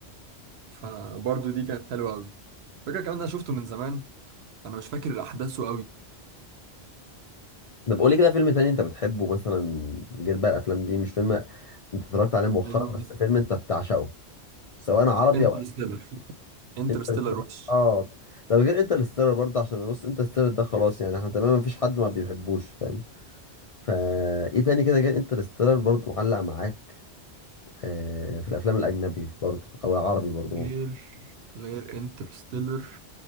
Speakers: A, on the right (about 70°); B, on the left (about 50°).
A: فبرضو دي كانت حلوة قوي فكرة كمان انا شفته من زمان انا مش فاكر احداثه
B: طب قولي كده فيلم تاني انت بتحبه مثلا غير بقى الافلام دي مش فيلم انت اتفرجت عليه مؤخرا
A: قوي
B: بس فيلم انت بتعشقه سواء عربي
A: انترستيلر
B: او
A: انترستيلر
B: انترستيلر
A: وش
B: اه طب غير انترستيلر برضه عشان بص انترستيلر ده خلاص يعني احنا تمام مفيش حد ما بيحبوش فاهم فا ايه تاني كده غير انترستيلر برضه معلق معاك آه في الافلام الاجنبي برضه او العربي برضه
A: غير غير انترستيلر